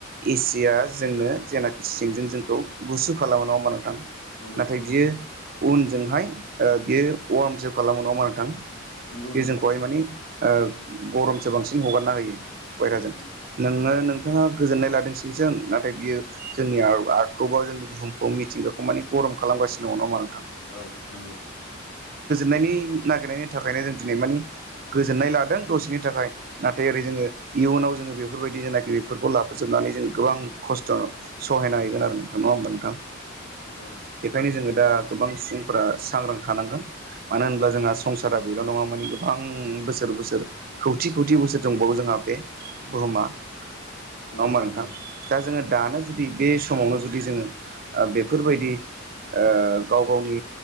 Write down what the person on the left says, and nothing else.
नंगौ
नंगौ नंगौ
राइट
उम उम
नंगौ
औ नंगौ।
उम
उम
नंगौ नंगौ
नंगौ
नंगौ
औ